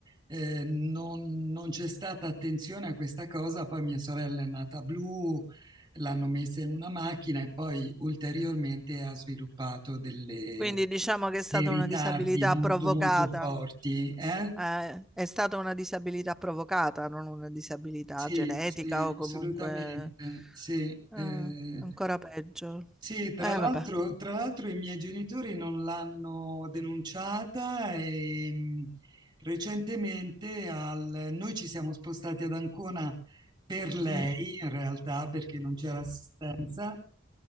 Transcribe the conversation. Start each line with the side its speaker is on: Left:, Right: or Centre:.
Right: eh, non, non c'è stata attenzione a questa cosa, poi mia sorella è nata blu, l'hanno messa in una macchina e poi ulteriormente ha sviluppato delle-
Centre: quindi diciamo che è stata
Right: dei ritardi
Centre: una disabilità
Right: molto
Centre: provocata.
Right: molto forti, eh?
Centre: Eh, è stata una disabilità provocata, non una disabilità
Right: Sì,
Centre: genetica
Right: sì,
Centre: o comunque
Right: assolutamente, sì.
Centre: eh,
Right: eh,
Centre: ancora peggio.
Right: Sì, tra
Centre: Eh,
Right: l'altro
Centre: vabbè.
Right: tra l'altro i miei genitori non l'hanno denunciata e mh, recentemente al- noi ci siamo spostati ad Ancona per lei,
Centre: Mm.
Right: in realtà, perché non c'era assistenza